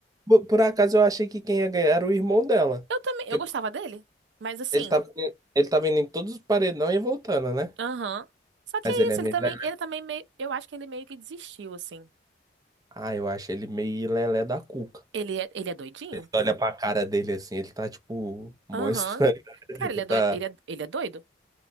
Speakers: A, on the right; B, on the right.
A: por por acaso eu achei que quem ia ganhar era o irmão dela.
B: eu também.
A: Porque
B: Eu gostava dele. Mas assim.
A: ele tava, indo- ele tava indo em todos os paredões e voltando, né?
B: Aham. Só que
A: Mas
B: é
A: ele
B: isso,
A: é meio.
B: ele também,
A: lelé.
B: ele também meio, eu acho que ele meio que desistiu, assim.
A: Ah, eu acho ele meio lelé da cuca.
B: Ele é, ele é doidinho?
A: Você olha pra cara dele assim, ele tá tipo. Mó
B: Aham.
A: estranho. <laughs>
B: Cara,
A: Tipo,
B: ele é
A: tá.
B: doido, ele é, ele é doido?